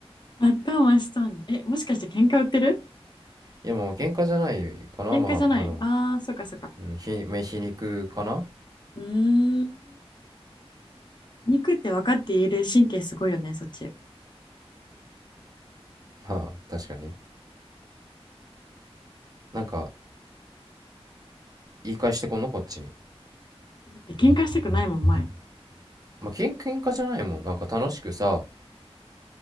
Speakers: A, on the left (about 45°); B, on the right (about 35°).
A: 頭したんだ。え、もしかして喧嘩売ってる
B: いやもう喧嘩じゃないかなまあ、
A: 喧嘩じゃないああー、
B: あの、
A: そっかそっか。
B: うん、ひ、まあ皮肉かな
A: うーん。肉って分かっている神経すごいよね、そっち。だ
B: まあ、確かに。なんか、言い返してこんのこっちに。
A: って喧嘩したくないもん、前。
B: まあ、喧喧嘩じゃないもん。なんか楽しくさ、